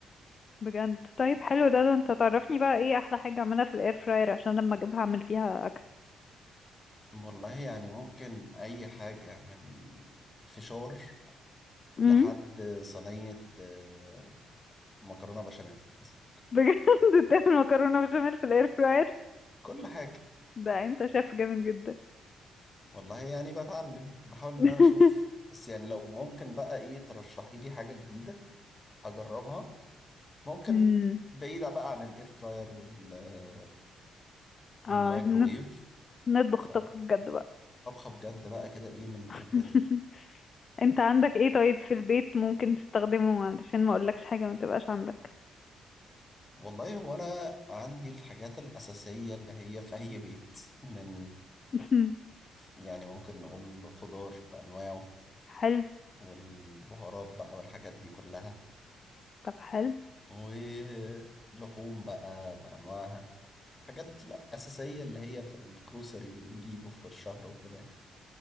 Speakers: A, on the left (about 45°); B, on the left (about 20°).
A: بجد طيب حلو ده, ده انت تعرفني بقى ايه احلى حاجة اعملها في الاير فراير عشان لما اجيبها اعمل فيها اكل.
B: والله يعني ممكن اي حاجة من فشار
A: امم
B: لحد صينية آه، مكرونة بشاميل مثلا
A: بجد <laughs> تعمل مكرونه بشاميل في الاير فراير
B: كل حاجة
A: ده انت شايف جامد جدا
B: والله يعني بتعلم بحاول ان
A: <laughs>
B: انا اشوف بس يعني لو ممكن بقى ايه ترشحي لي حاجة جديدة اجربها ممكن
A: امم
B: بعيدة بقى عن الاير فراير وال والمايكرويف
A: اه ن- نطبخ
B: فطبخة
A: طبخ بجد بقى
B: بجد بقى كده ايه من خبرتك
A: <laughs> انت عندك ايه طيب في البيت ممكن تستخدمه علشان ما اقولكش حاجه ما تبقاش عندك
B: والله هو انا عندي الحاجات الأساسية اللي هي في اي بيت من
A: <laughs>
B: يعني ممكن نقول خضار بأنواعه
A: حلو
B: والبهارات بقى والحاجات دي كلها
A: طب حلو
B: ولحوم بقى بأنواعها حاجات لا أساسية اللي هي في الجروسري اللي بنجيبه في كل شهر وكده يعني.